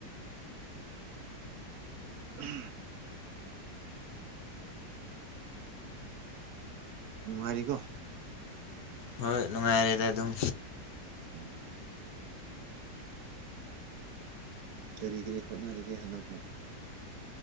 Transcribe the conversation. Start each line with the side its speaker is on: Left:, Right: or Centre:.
Right: ꯑ꯭ꯍ ꯅꯨꯡꯉꯥꯏꯔꯤꯀꯣ
Left: ꯍꯣꯏ ꯅꯨꯡꯉꯥꯏꯔꯦꯗ ꯑꯗꯨꯝ
Right: ꯎꯝ ꯀꯔꯤ ꯀꯔꯤ ꯍꯣꯠꯅꯔꯤꯒꯦ ꯍꯟꯗꯛꯃꯨ